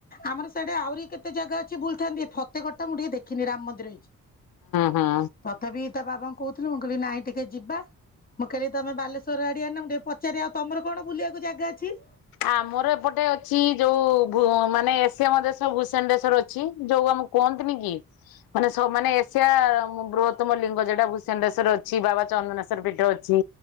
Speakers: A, on the left; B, on the left.
A: ଆମର ସିଆଡେ ଆଉରି କେତେ ଜାଗା ଅଛି ବୁଲଥାନ୍ତି। ଏ ଫତେଗଡଟା ମୁଁ ଟିକେ ଦେଖିନି ରାମ ମନ୍ଦିର ହେଇଛି।
B: ହୁଁ।
A: ତଥାପି ତା ବାବାଙ୍କୁ କହୁଥିଲୁ ମୁଁ କହିଲି ନାଇଁ ଟିକେ ଯିବା। ମୁଁ କହିଲି ତୋମେ ବାଲେଶ୍ଵର ଆଡିଆ ନା ମୁଁ ଟିକେ ପଚାରେ ଆଉ ତୋମର କଣ ବୁଲିବାକୁ ଜାଗା ଅଛି?
B: ଆମର ଏପଟେ ଅଛି ଯୋଉ ଭୂ- ମାନେ ଏସିଆ ମହାଦେଶ ଭୂଷଣ୍ଡେଶ୍ଵର ଅଛି ଯୋଉ ଆମ କୁହନ୍ତିନି କି ମାନେ ସ-ମାନେ ଏସ ସିଆ ମୁ-ବୃହତ୍ତମ ଲିଙ୍ଗ ଯେଟା ଭୂଷଣ୍ଡେଶ୍ଵର ଅଛି, ବାବା ଚନ୍ଦନେଶ୍ଵର ପୀଠ ଅଛି।